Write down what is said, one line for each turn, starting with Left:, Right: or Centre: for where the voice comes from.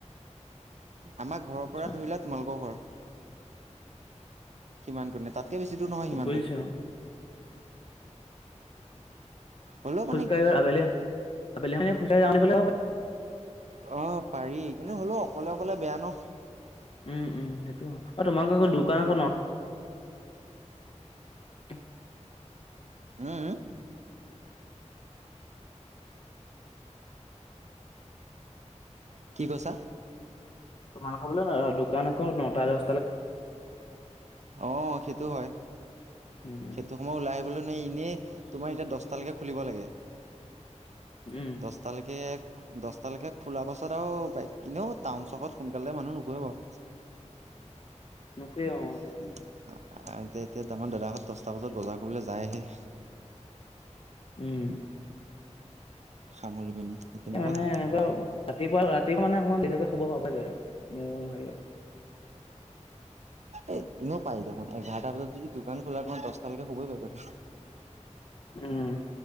Right: আমাৰ ঘৰৰ
Left: আচ্ছা
Right: পৰা ধৰি লোৱা তোমালোকৰ ঘৰ। সিমান কনে, তাতকে বেছি দূৰ নহয় সিমানটো।
Left: বুজিছো
Right: হ'লেও
Left: খোজকাঢ়িবা
Right: মানে
Left: আবেলি। আবেলি খোজকাঢ়ি যা বুলি গ'লে হ'ব
Right: অ', পাৰি কিন্তু হ'লেও অকলে অকলে বেয়া ন।
Left: উম, উম, সেইটো হয়। অ', তোমালোকৰ ঘৰত দো দোকানক <unintelligible>
Right: হম, হম? কি কৈছা?
Left: তোমালোকৰ বোলে দোকান আকৌ নটা-দহ
Right: অ', সেইটো হয়।
Left: উম
Right: সেইটো সময় ওলাই আ এনে তোমাৰ এতিয়া দাহটালৈকে খুলিব লাগে।
Left: উম
Right: দহটালৈকে, দছটালৈকে খোলা পাছত এনেও টাউন চকত সোনকালে মানুহ নোহোৱা বাৰু।
Left: নোহোৱা অ'। সেইটো
Right: এতিয়া, এতিয়া তমাৰ দাদাহঁত দচটা বজাত বজাৰ কৰিবলৈ জাইহে।
Left: উম।
Right: সামৰি পিনি তেনেকুৱা
Left: এ মানে
Right: হয়
Left: এনেকুৱা
Right: কথাটো
Left: ৰাতিপুৱা ৰাতি মানে অকমন দেৰি লৈকে শুব পাব লগে ম হেৰি
Right: এই ইনেও পায় দেখোন। এঘাৰটা বজত যদি দোকান খোলাৰ পাওঁ দহটাালৈকে শুব পাৰিব দেখোন
Left: উম।